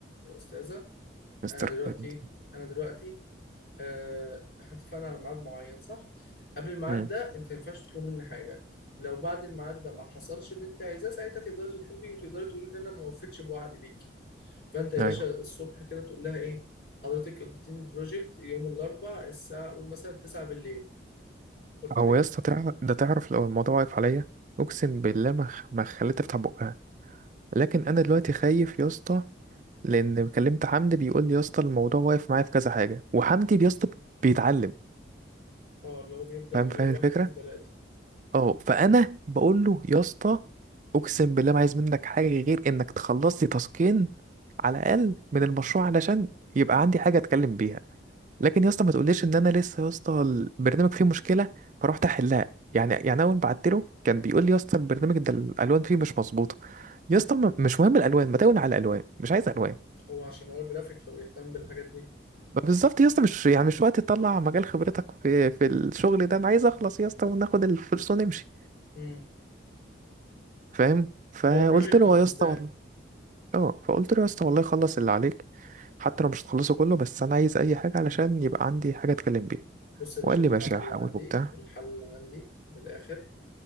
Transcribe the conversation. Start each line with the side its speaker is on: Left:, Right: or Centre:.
Left: يا استاذه
Right: مستر
Left: انا دلوقتي
Right: فايد.
Left: انا دلوقتي آه، احنا اتفقنا على ميعاد معين صح؟ قبل الميعاد
Right: امم
Left: ده انت ما ينفعش تطلب مني حاجة لو بعد الميعاد ده ما حصلش اللي انت عايزاه ساعتها تقدري تطلبي وتقدري تقولي ان انا ما وفيتش بوعدي ليكي فانت يا
Right: ايوه
Left: باشا الصبح كده تقول لها ايه حضرتك اديتيني البروجكت يوم الاربعاء الساعة قول مثلا 9 بالليل قلت
Right: هو
Left: لك
Right: يا اسطى تعرف ده تعرف لو الموضوع واقف عليا اقسم بالله ما خ- ما خليت افتح بقها لكن انا دلوقتي خايف يا اسطى لان كلمت حمدي بيقول لي يا اسطى الموضوع واقف معايا في كذا حاجه وحمدي يا اسطى بيتعلم
Left: اه اللي هو بيبدأ
Right: فاهم
Left: بيقول
Right: فاهم
Left: واحد
Right: الفكره
Left: اتنين تلاتة
Right: اه فانا بقول له يا اسطى اقسم بالله ما عايز منك حاجه غير انك تخلص لي تاسكين على الاقل من المشروع علشان يبقى عندي حاجه اتكلم بيها لكن يا اسطى ما تقوليش ان انا لسه يا اسطى البرنامج فيه مشكله فرحت احلها يعني يعني اول ما بعت له كان بيقول لي يا اسطى البرنامج ده الالوان فيه مش مظبوطه يا اسطى ما- مش مهم الالوان ما تقول على الالوان مش عايز الوان
Left: هو عشان هو جرافيك فبيهتم بالحاجات دي
Right: ما بالظبط يا اسطى مش يعني مش وقت تطلع مجال خبرتك في في الشغل ده انا عايز اخلص يا اسطى وناخد الفلوس ونمشي
Left: امم
Right: فاهم فقلت
Left: اللي هو بروجكت
Right: له
Left: وانساه
Right: يا اسطى والله اه فقلت له يا اسطى والله خلص اللي عليك حتى لو مش هتخلصه كله بس انا عايز اي حاجه علشان يبقى عندي حاجه اتكلم بيها
Left: بص يا باشا
Right: وقال
Left: الحل
Right: لي ماشي
Left: اللي
Right: هحاول
Left: عندي
Right: وبتاع
Left: الحل اللي عندي من الاخر